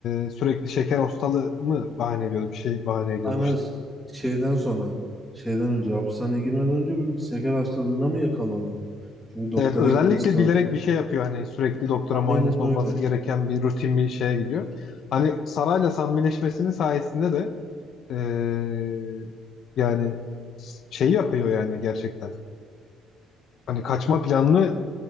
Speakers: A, on the left; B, in the centre.
A: e, sürekli şeker hastalığı mı bahane ediyordu bir şey bahane ediyordu
B: aynen
A: işte
B: s- şeyden sonra şeyden önce hapishaneye girmeden önce böyle bir şeker hastalığına mı yakalanıyor? Çünkü doktora
A: Evet, özellikle
B: gitmesi lazım.
A: bilerek bir şey yapıyor hani sürekli doktora
B: Aynen
A: muayenesi olması
B: öyle.
A: gereken bir rutin bir şeye gidiyor. Hani Saray'la samimileşmesinin sayesinde de eee, yani şey yapıyor yani gerçekten. Hani kaçma planını